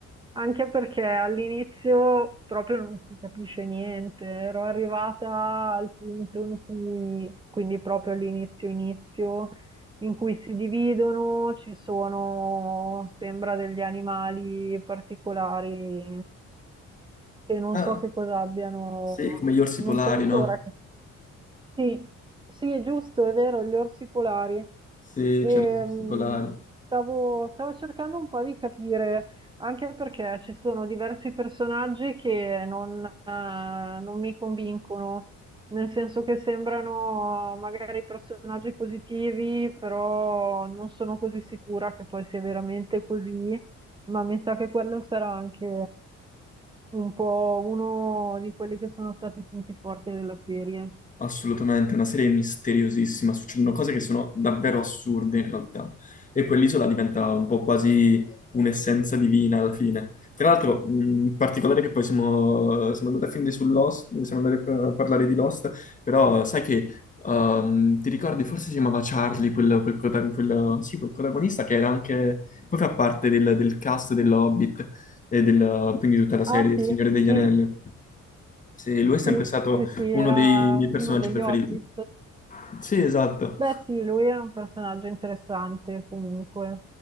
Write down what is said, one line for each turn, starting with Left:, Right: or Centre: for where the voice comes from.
Right: Anche perché all'inizio proprio non si capisce niente, ero arrivata al punto in cui, quindi proprio all'inizio inizio, in cui si dividono, ci sono, sembra, degli animali particolari che non
Left: Ah,
Right: so che cosa abbiano,
Left: sì, come gli orsi
Right: non
Left: polari,
Right: so ancora
Left: no?
Right: che sì, sì, è giusto, è vero, gli orsi polari.
Left: Sì,
Right: Ehm,
Left: c'erano gli orsi polari.
Right: stavo, stavo cercando un po' di capire, anche perché ci sono diversi personaggi che non, eh, non mi convincono, nel senso che sembrano magari personaggi positivi, però non sono così sicura che poi sia veramente così, ma mi sa che quello sarà anche un po' uno di quelli che sono stati i punti forti della serie.
Left: Assolutamente, una serie misteriosissima, succedono cose che sono davvero assurde in realtà e quell'isola diventa un po' quasi un'essenza divina alla fine. Tra l'altro, mh, in particolare che poi siamo, siamo andati a finire su Lost, siamo andati a parlare di Lost, però sai che ehm, ti ricordi, forse si chiamava Charlie, quel, quel prota- quel- sì, quel protagonista che era anche, poi fa parte del, del cast dell'Hobbit e del, quindi tutta la serie
Right: Ah sì,
Left: del Signore degli
Right: sì,
Left: Anelli. Sì, lui è sempre
Right: sì,
Left: stato
Right: sì, sì, era
Left: uno dei miei
Right: uno
Left: personaggi
Right: degli
Left: preferiti.
Right: Hobbit.
Left: Sì, esatto.
Right: Beh sì, lui è un personaggio interessante comunque,